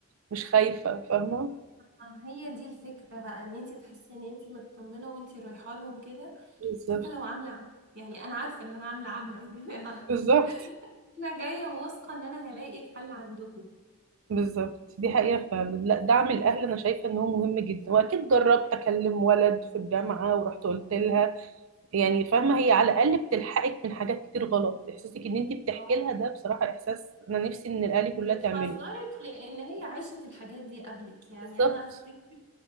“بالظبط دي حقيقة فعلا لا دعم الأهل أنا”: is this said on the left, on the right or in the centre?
Right